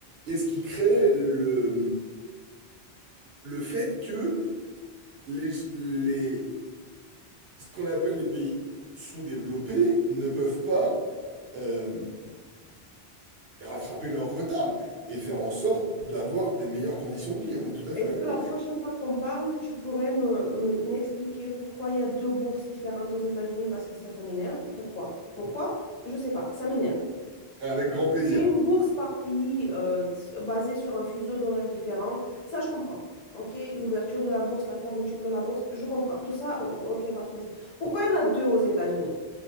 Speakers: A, on the right; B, on the left.
A: et ce qui crée le, le fait que les, les, ce qu'on appelle les pays sous-développés ne peuvent pas euh, rattraper leur retard et faire en sorte d'avoir des meilleures conditions de vie. On est tout à fait
B: Est-ce
A: d'accord.
B: que la prochaine fois qu'on parle, tu pourrais me, me- m'expliquer pourquoi il y a deux bourses différentes aux États-Unis? Parce que ça, ça m'énerve. Pourquoi? Pourquoi? Je sais pas, ça m'énerve.
A: Avec grand plaisir.
B: Il y a une bourse par pays euh, basée sur un fuseau d'horaires différent. Ça, je comprends. OK, l'ouverture de la bourse, la fermeture de la bourse, je comprends. Tout ça, o- OK, par principe. Pourquoi il y en a deux aux États-Unis?